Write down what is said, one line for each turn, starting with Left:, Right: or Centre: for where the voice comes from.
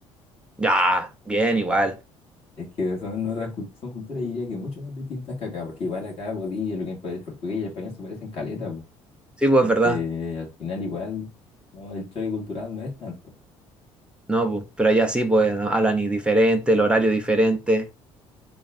Centre: Ya, bien, igual.
Left: Es que son otras cult- son culturas, diría que mucho más distintas que acá, porque igual acá podía, lo que es el portugués y el español se parecen caleta, po.
Centre: Sí, pues,
Left: Entonces,
Centre: verdad.
Left: al final igual, no, el choque cultural no es tanto.
Centre: No, pues, pero allá sí, pues, ¿no? hablan y diferente, el horario diferente.